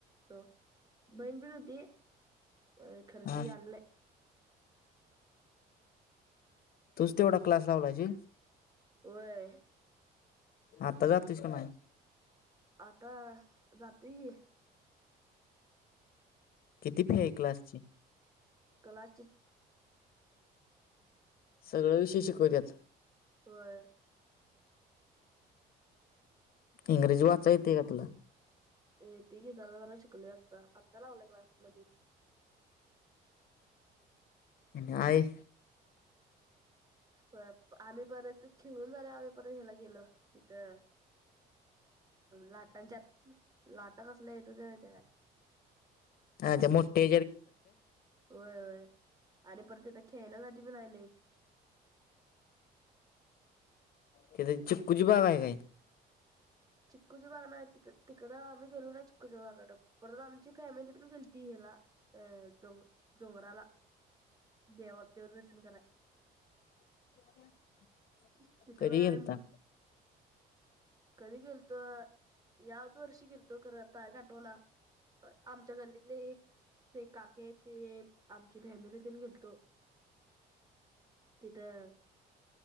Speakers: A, on the right (about 20°); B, on the left (about 60°).
A: त बहीण पीण होती. अ खर
B: हा
A: ती आल नाही.
B: तुझ तेवढा क्लास लावलायची
A: व्हय.
B: आता जातीस का नाही.
A: आता जातोय कि.
B: किती फी हाय क्लासची.
A: कला
B: सगळं विषय शिकवत्यात.
A: व्हय.
B: इंग्रजी वाचायं येतय काय तुला.
A: येते की जरा जरा शिकलोय आता आत्ता लावलाय क्लास मध्ये
B: न्हाय.
A: प आम्ही परत खेळून झालो आम्ही परत ह्याला गेलो तिथं लाटांच्यात लाटा कसल्या येत ते मा ते काय
B: ह मोठे.
A: होय होय. आणि पर तिथ खेळण्यासाठी पण आयले.
B: तेथ चिकुची बाग आहे काय?
A: चिक्कूची बागा नाही, तिक तिकडं आम्ही गेलो नाही चिक्कूच्या बागाड परत आम त फॅमिली पण गेलती हिला अ डोंग डोंगराला देव देवदर्शन कराय
B: <inaudible>
A: तिथे वेला
B: गेलता
A: आम कध गेलतो यावद् वर्ष गेल्तो खर आता कठवणा आमच्या गल्लीतले एक ते काके ते आमच्या फॅमिलीतून गेलतो. तिथं